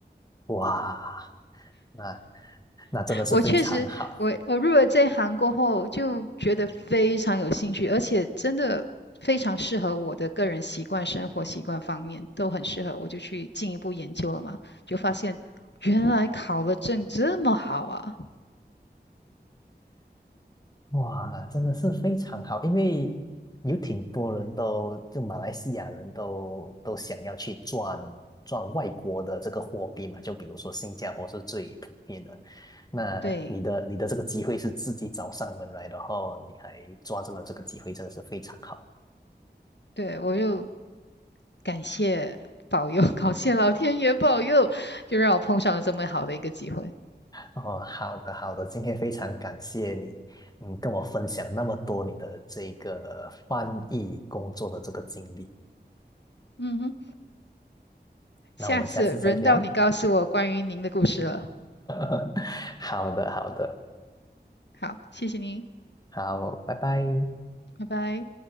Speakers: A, on the left; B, on the left.
A: 哇，那那真的是非常好。
B: 我确实，我我入了这行过后，就觉得非常有兴趣，而且真的非常适合我的个人习惯、生活习惯方面都很适合。我就去进一步研究了嘛，就发现原来考了证这么好啊！
A: 哇，真的是非常好，因为有挺多人都，就马来西亚人都都想要去赚赚外国的这个货币嘛，就比如说新加坡是最普遍的。那你的你的这个机会是自己找上门来，
B: 对
A: 的后你还抓住了这个机会，真的是非常好。
B: 对，我又感谢保佑，<laughs> 感谢老天爷保佑，就让我碰上了这么好的一个机会。
A: 哦，好的好的，今天非常感谢你，嗯，跟我分享那么多你的这个呃翻译工作的这个经历。
B: 嗯哼，
A: 那我们下次再聊。
B: 下次轮到你告诉我关于您的故事了。
A: <laughs> 好的，好的，
B: 好，谢谢您，
A: 好，拜拜。
B: 拜拜。